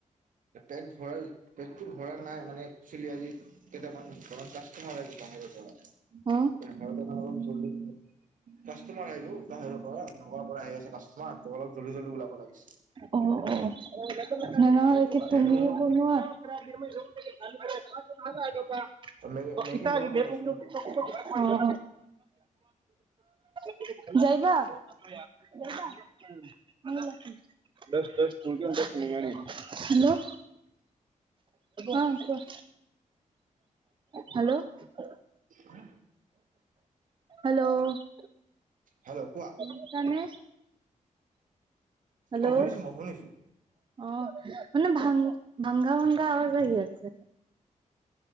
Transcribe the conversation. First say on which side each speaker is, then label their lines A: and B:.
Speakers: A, on the right; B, on the right.
A: পেট ভৰাই, পেটটো ভৰা নাই মানে একচুৱেলি আজি কেইটামান ধৰক কাষ্টমাৰাজী বাহিৰৰ পৰা, <unintelligible>
B: অ
A: কাষ্টমাৰ আহিবো বাহিৰৰ পৰা নগৰৰ পৰা আহি আছে কাষ্টমাৰ তোমালোক জলদি জলদি ওলাব লাগে।
B: অঁ, অঁ। তেনেহ'লে কি
A: এনেতো
B: তুমি
A: মোৰ
B: বনোৱা? <unintelligible>
A: মেগী মেগী ময়ে বনাইছো
B: অঁ! <unintelligible> যাইবা? <unintelligible> <unintelligible> হেল্ল'। অ', কোৱা? হেল্ল'। <unintelligible>
A: হা।
B: হেল্ল'।
A: হেল্ল' কোৱা?
B: শুনিছানে? হেল্ল'
A: অ' শুনিছোঁ মই শুনিছোঁ।
B: অ' মানে ভাং, ভাংগা, ভাংগা আৱাছ আহি আছে।